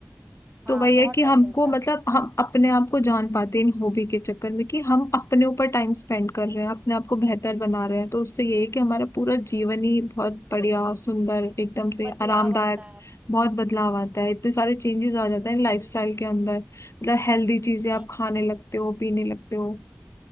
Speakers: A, on the right (about 25°); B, on the left (about 65°).
A: हाँ
B: तो वही
A: बहुत
B: है कि हमको
A: टाइम मिलता
B: मतलब
A: है
B: हम अपने आप को जान पाते हैं इन हॉबी के चक्कर में कि हम अपने ऊपर टाइम स्पेंड कर रहे हैं अपने आप को बेहतर बना रहे हैं तो उससे ये है कि हमारा पूरा जीवन ही बहुत बढ़िया सुंदर एकदम से
A: बदलाव
B: आरामदायक
A: आता है
B: बहुत बदलाव आता है इतने सारे चेंजेस आ जाते हैं लाइफस्टाइल के अंदर मतलब हेल्दी चीजें
A: हम्म,
B: आप खाने लगते हो पीने लगते हो